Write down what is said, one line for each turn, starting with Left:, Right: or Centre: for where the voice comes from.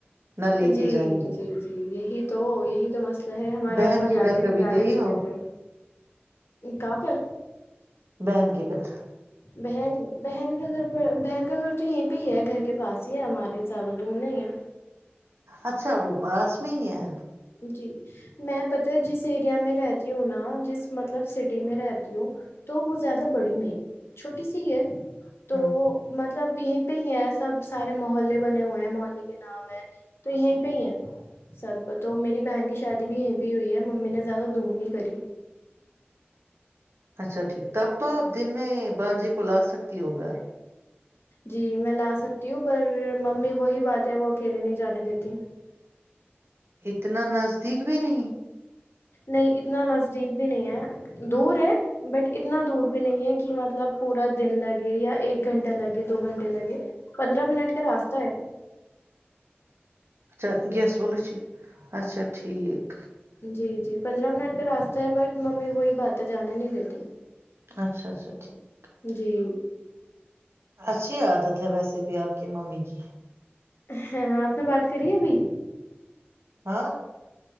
Right: نہ لے
Left: جی
Right: کے جائیں گے
Left: جی جی یہی تو یہی تو مسئلہ ہے ہمارے
Right: بہن
Left: ابا
Right: کے
Left: جاتے
Right: گھر کبھی
Left: جانے
Right: گئی
Left: نہیں
Right: ہو
Left: دیتے کہاں پر
Right: بہن کی کرھر
Left: بہن بہن کا گھر پہ بہن کا گھر تو یہیں پہ ہی ہے گھر کے پاس ہی ہے ہمارے زیادہ دور نہیں ہے
Right: اچھا وہ پاس میں ہی ہے
Left: جی میں پتا جس ایریا میں رہتی ہوں نا جس مطلب سٹی میں رہتی ہوں تو وہ زیادہ بڑی نہیں ہے چھوٹی سی ہے تو
Right: ہاں
Left: م مطلب یہیں پہ ہی ہے سب سارے محلے بنے ہوئے ہیں محلے کے نام ہے تو یہیں پہ ہی ہے سب تو میری بہن کی شادی بھی یہیں پہ ہوئی ہے ممی نے زیادہ دور نہیں <unintelligible>
Right: اچھا ٹھیک تب تو آپ دن میں بانجے کو لا سکتی ہو گھر
Left: جی میں لا سکتی ہوں پر ممی وہی بات ہے وہ اکیلے نہیں جانے دیتی
Right: اتنا نزدیک بھی نہیں
Left: نہیں اتنا نزدیک بھی نہیں ہے دور ہے بٹ اتنا دور بھی نہیں ہے کہ مطلب پورا دن لگے یا ایک گھنٹہ لگے دو گھنٹے لگے پندرہ منٹ راستہ ہے
Right: اچھا گیس والولےچ اچھا ٹھیک
Left: جی جی پندرہ منٹ کا راستہ ہے بٹ ممی وہی بات ہے جانے نہیں دیتی
Right: اچھا اچھا ٹھیک
Left: جی
Right: اچھی عادت ہے ویسے بھی آپ کی ممی کی
Left: ہاں آپ نے بات کری ابھی
Right: ہاں